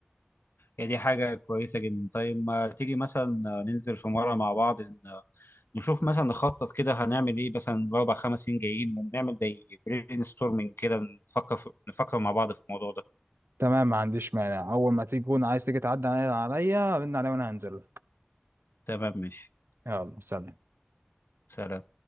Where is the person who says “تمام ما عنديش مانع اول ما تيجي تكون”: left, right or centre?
Right